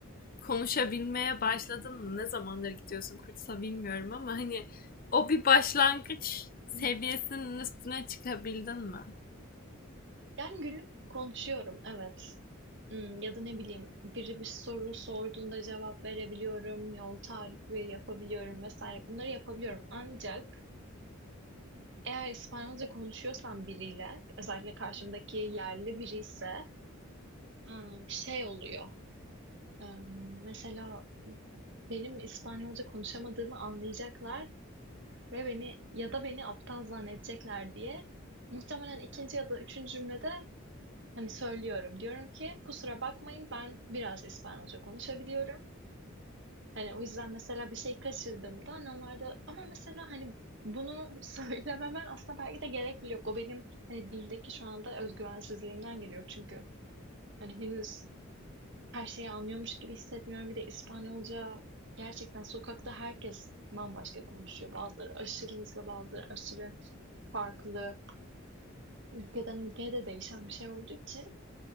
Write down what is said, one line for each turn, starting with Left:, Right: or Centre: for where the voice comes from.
Left: konuşabilmeye başladın mı? Ne zamandır gidiyorsun kursa bilmiyorum ama hani o bir başlangıç seviyesinin
Right: Hı
Left: üstüne çıkabildin mi?
Right: Yani günlük konuşuyorum, evet. Hmm, ya da ne bileyim biri bir soru sorduğunda cevap verebiliyorum, yol tarifi yapabiliyorum vesaire bunları yapabiliyorum. Ancak eğer İspanyolca konuşuyorsam biriyle, özellikle karşımdaki yerli biri ise ha, şey oluyor. Em, Mesela benim İspanyolca konuşamadığımı anlayacaklar ve beni ya da beni aptal zannedecekler diye muhtemelen ikinci ya da üçüncü cümlede Hani söylüyorum. Diyorum ki kusura bakmayın ben biraz İspanyolca konuşabiliyorum. Hani o yüzden mesela bir şey kaçırdığımda hani onlar da ama mesela hani bunu <laughs> söylememe aslında belki de gerek bile yok. O benim hani dildeki şu anda özgüvensizliğimden geliyor. Çünkü hani henüz her şeyi anlıyormuş gibi hissetmiyorum. Bir de İspanyolca gerçekten sokakta herkes bambaşka konuşuyor. Bazıları aşırı hızlı, bazıları aşırı farklı. Ülkeden ülkeye de değişen bir şey olduğu için.